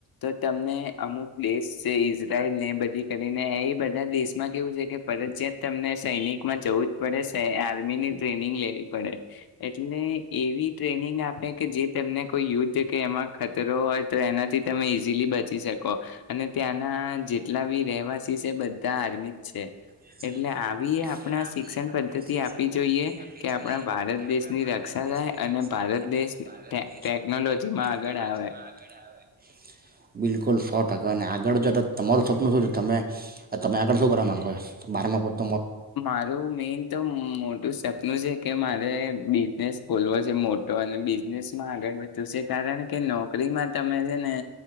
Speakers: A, on the left; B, on the right.
A: તો તમને અમુક દેશ છે ઈઝરાયલ ને બધી કરીને એ બધા દેશમાં કેવું છે કે ફરજિયાત તમને સૈનિકમાં જવું જ પડે આર્મી ની ટ્રેનિંગ લેવી પડે એટલે એવી ટ્રેનિંગ આપે કે જે તમને કોઈ યુદ્ધ કે એમાં ખતરો હોય તો એનાથી તમે ઈઝીલી બચી શકો અને ત્યાંના જેટલા બી રહેવાસી છે બધા આર્મી છે.
B: છે.
A: એટલે આવી
B: એટલે
A: આપણા
B: આપીએ
A: શિક્ષણ
B: આપણે
A: પદ્ધતિ આપવી જોઈએ કે આપણા ભારત દેશની રક્ષા થાય અને ભારત દેશ ટે ટેકનોલોજીમાં આગળ આવે
B: અને આગળ જો ત તમારું સપનું શું છે? તમે તમે આગળ બારમાં પ
A: મારું મેઈન તો મોટું સપનું છે કે મારે બિઝનેસ ખોલવો છે મોટો અને બિઝનેસ માં આગળ વધવું છે કારણ કે નોકરીમાં તમે છે ને